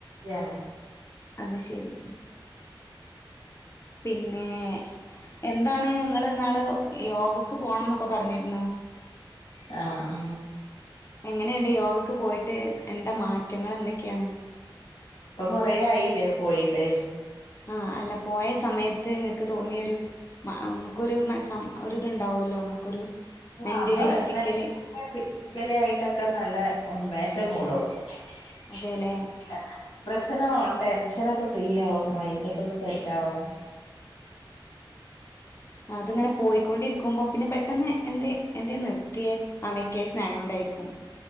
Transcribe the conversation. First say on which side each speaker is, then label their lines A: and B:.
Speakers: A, on the left; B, on the left.
A: യാണേ
B: അത് ശരി പിന്നെ എന്താണ് നിങ്ങള് ഇന്നാള് യോഗക്ക് പോണംന്നൊക്കെ പറഞ്ഞിരുന്നു
A: ആ ആ
B: എങ്ങനെ യോഗക്ക് പോയിട്ട് എന്താ മാറ്റങ്ങൾ എന്തൊക്കെയാണ്
A: ഇപ്പൊ കൊറ ആയില്ലേ പോയിട്ട്
B: ആ അല്ല പോയ സമയത്ത് നിങ്ങക്ക് തോന്നിയ ഒരു, നമുക്കൊരു ഒരിതുണ്ടാവുമല്ലോ നമുക്കൊരു
A: ആ
B: മെന്റലി
A: നമ്മള്
B: ഫിസിക്കലി
A: മെന്റലി ഫിസിക്കലി ആയിട്ടൊക്കെ നല്ല ഉന്മേഷ <unintelligible>
B: അതെല്ലേ
A: പ്രശ്ന ടെൻഷ <unintelligible> ഫ്രീ ആവും മൈൻഡ് ഒക്കെ ഒന്ന് സെറ്റ് ആവും
B: ആ അത്ങ്ങനെ പോയിക്കൊണ്ടിരിക്കുമ്പോ പിന്നെ പെട്ടന്ന് എ എന്ത നിർത്തിയേ ആ വെക്കേഷൻ ആയോണ്ടായിരിക്കും